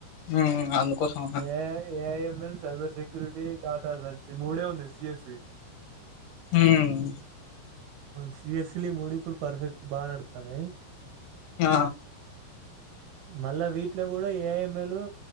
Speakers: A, on the left; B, on the right.
A: ఉమ్ అందుకోసం
B: A AIML cyber security data సెస్ ఈ మూడే ఉంది సిఎస్సి
A: ఉమ్
B: సీఎస్ స్లీ ఈ మూడుప్పుడు పర్ఫెక్ట్ బాగా నడతాన్నాయి
A: ఆ
B: మళ్ళా వీటిలో కూడా ఏఎంఎలు